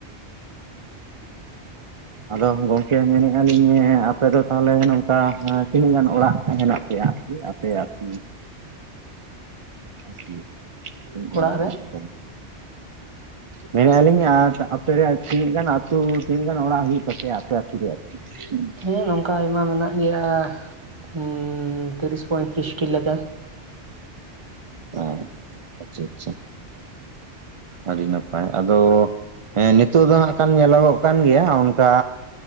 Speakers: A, on the right; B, on the right.
A: ᱟᱫᱚ ᱜᱚᱝᱠᱮ ᱢᱮᱱᱮᱜ ᱟᱞᱤᱧ ᱮᱸᱻ ᱟᱯᱮ ᱫᱚ ᱛᱟᱦᱚᱞᱮ ᱱᱚᱝᱠᱟ ᱛᱤᱱᱟᱹᱜ ᱜᱟᱱ ᱚᱲᱟᱜ ᱦᱮᱱᱟᱜ ᱯᱮᱭᱟ ᱟᱨᱠᱤ ᱟ ᱯᱮᱭᱟᱜ ᱟᱛᱩ <inaudible> ᱴᱷᱤᱠ ᱜᱮᱭᱟ
B: ᱚᱲᱟᱜ
A: ᱛᱚ
B: ᱨᱮ
A: ᱦᱟᱸᱜ᱾ ᱢᱮᱱᱮᱜ ᱟᱞᱤᱧ ᱟᱨ ᱟᱯᱮ ᱨᱮ ᱟᱨ ᱛᱤᱱᱟᱹᱜ ᱜᱟᱱ ᱟᱛᱩ ᱛᱤᱱᱟᱹᱜ ᱜᱟᱱ ᱚᱲᱟᱜ ᱦᱩᱭᱩᱜ ᱛᱟᱯᱮᱭᱟ ᱟᱯᱮ ᱟᱹᱛᱩ ᱨᱮᱭᱟᱜ? ᱦᱮᱸ <unintelligible>
B: ᱦᱮᱸ ᱱᱚᱝᱠᱟ ᱟᱭᱢᱟ ᱢᱮᱱᱟᱜ ᱜᱮᱭᱟ ᱩᱸᱻ ᱛᱤᱨᱤᱥ ᱯᱚᱸᱭᱛᱨᱤᱥᱴᱤ ᱞᱮᱠᱟ᱾
A: ᱚᱸ ᱟᱪᱪᱷᱟ ᱟᱪᱪᱷᱟ᱾ ᱟᱹᱰᱤ ᱱᱟᱯᱟᱭ ᱟᱫᱚ ᱮᱸ ᱱᱤᱛᱳᱜ ᱫᱚ ᱦᱟᱸᱜ ᱠᱷᱟᱱ ᱧᱮᱞᱚᱜᱚᱜ ᱠᱟᱱ ᱚᱱᱠᱟ